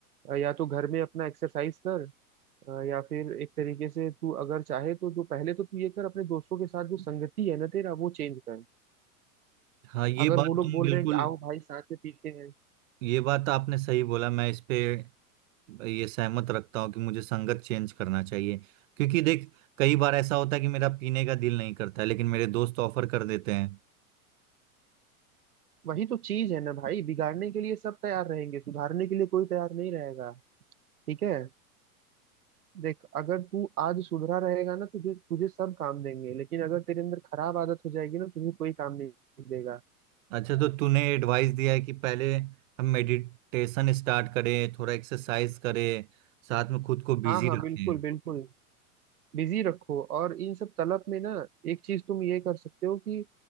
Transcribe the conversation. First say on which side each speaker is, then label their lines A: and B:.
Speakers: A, on the right; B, on the right.
A: अ, या तो घर में अपना एक्सरसाइज कर अ, या फिर एक तरीके से तू अगर चाहे तो जो पहले तो तू ये कर अपने दोस्तों के साथ जो संगति है ना तेरा वो चेंज कर
B: हाँ ये
A: अगर
B: बात
A: वो लोग
B: तुम
A: बोल
B: बिल्कुल
A: रहे हैं कि आओ भाई साथ में पीते हैं
B: ये बात आपने सही बोला मैं इस पे ये सहमत रखता हूँ कि मुझे संगत चेंज करना चाहिए क्योंकि देख कई बार ऐसा होता है कि मेरा पीने का दिल नहीं करता है लेकिन मेरे दोस्त ऑफर कर देते हैं
A: वही तो चीज है ना भाई बिगाड़ने के लिए सब तैयार रहेंगे सुधारने के लिए कोई तैयार नहीं रहेगा ठीक है देख अगर तू आज सुधरा रहेगा ना तुझे तुझे सब काम देंगे लेकिन अगर तेरे अंदर खराब आदत हो जाएगी ना तुझे कोई काम नहीं देगा
B: अच्छा तो तूने एडवाइस दिया है कि पहले हम मेडिटेशन स्टार्ट करें थोड़ा एक्सरसाइज करें साथ में खुद को बिजी
A: हाँ हाँ
B: रखें
A: बिल्कुल बिल्कुल बिजी रखो और इन सब तलब में ना एक चीज तुम ये कर सकते हो कि